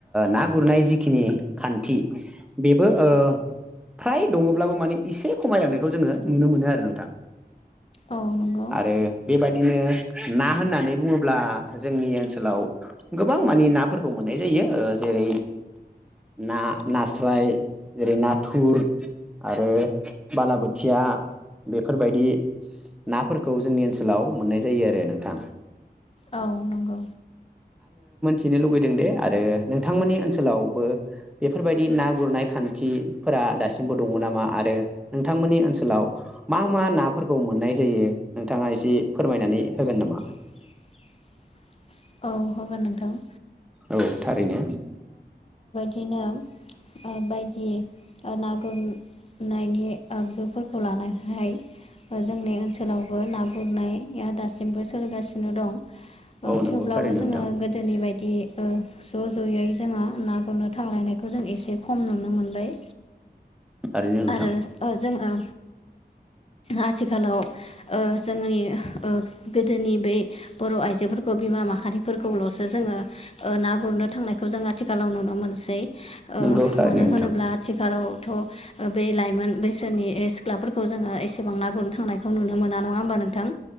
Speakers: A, in the centre; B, on the left (about 35°).
A: ना गुरनाय जि। खिनि खान्थि बेबो ओ। फ्राय दङब्लाबो माने एसे खमायलांनायखौ जोङो नुनो मोनो आरो नोंथां।
B: औ नंगौ
A: आरो बेबाददिनो। ना होननानै बुङोब्ला जोंनि ओनसोलाव गोबां मानि नाफोरखौ मोननाय जायो ओ। जेरै ना नास्राय जेरै ना। थुर आरो बालाबोथिया बेफोरबायदि। नाफोरखौ जोंनि ओनसोलाव मोननाय जायो आरो नोंथां।
B: औ नंगौ।
A: थिनो लुगैदों दे आरो नोंथांमोननि ओनसोलावबो बेफोरबायदि ना गुरनाय खान्थि। फोरा दासिमबो दङ नामा आरो नोंथांमोननि ओनसोलाव मा मा नाफोरखौ मोननाय जायो। नोंथाङा एसे फोरमायनानै होगोन नामा
B: <unintelligible> औ होगोन नोंथां।
A: औ थारैनो।
B: बिनोम। ओ बायदि ना गुर नायनि आगजुफोरखौ लानाय। हाय जोंनि ओनसोलावबो ना गुरनाया दासिमबो सोलिगासिनो दं। ओ
A: औ नंगौ
B: थेवब्लाबो
A: थारैनो
B: जोङो
A: नोंथां
B: गोदोनि बायदि ज' ज'यै जोङो ना गुरनो। थांलायनायखौ जों एसे खम नुनो मोनबाय।
A: थारैनो नोंथां
B: आरो ओ जोङो। आथिखालाव ओ जोंनि ओ गोदोनि बै बर' आइजोफोर। ओ बिमा माहारिफोरखौल'सो जोङो ना गुरनो थांनायखौ जों आथिखालाव नुनो मोनसै। ओ
A: नंगौ थारैनो
B: मानो
A: नोंथां
B: होनोब्ला आथिखालाव। थ' बे लाइमोन बैसोनि सिख्लाफोरखौ जोङो एसेबां ना गुरनो थांनायखौ नुनो मोना नङा होनबा नोंथां।